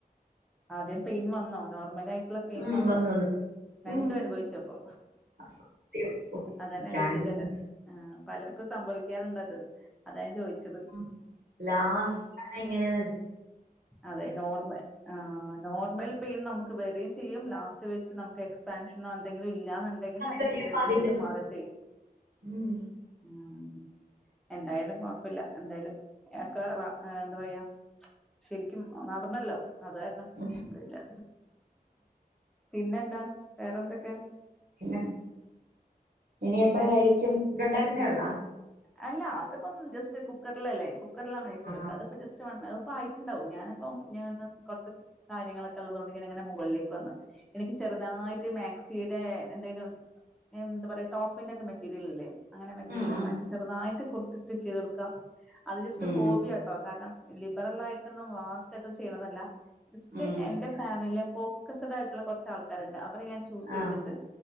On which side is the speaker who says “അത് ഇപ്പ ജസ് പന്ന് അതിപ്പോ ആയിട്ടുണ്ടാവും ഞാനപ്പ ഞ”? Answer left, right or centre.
Centre